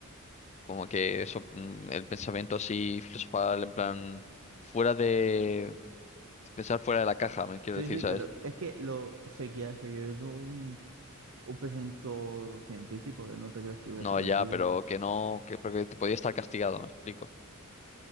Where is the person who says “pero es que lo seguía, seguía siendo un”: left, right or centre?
Right